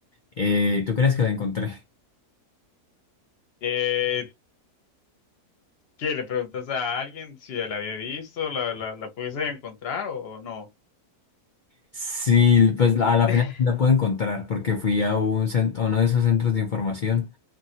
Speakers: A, on the left (about 85°); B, on the left (about 45°).
A: Eh, ¿tú crees que la encontré? <laughs>
B: Eh, ¿qué? ¿Le preguntaste a alguien si la había visto? ¿La, la, la pudiste encontrar o o no?
A: Sí, pues a la
B: <laughs>
A: final sí la puedo encontrar porque fui a un cen- a uno de esos centros de información.